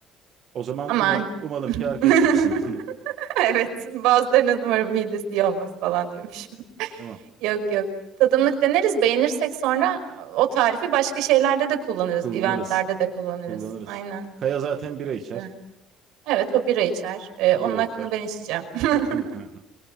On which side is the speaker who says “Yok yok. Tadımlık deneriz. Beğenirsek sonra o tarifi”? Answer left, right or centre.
Right